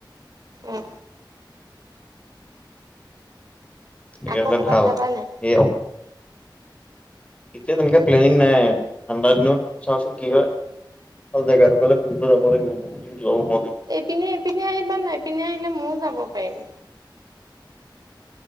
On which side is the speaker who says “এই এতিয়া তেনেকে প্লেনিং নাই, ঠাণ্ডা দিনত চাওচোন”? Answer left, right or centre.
Left